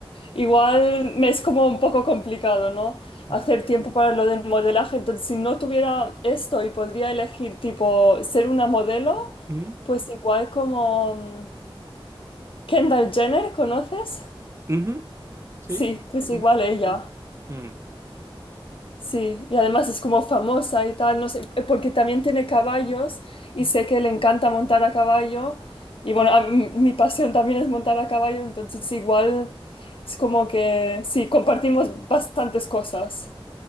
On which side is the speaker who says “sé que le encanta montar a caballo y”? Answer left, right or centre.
Left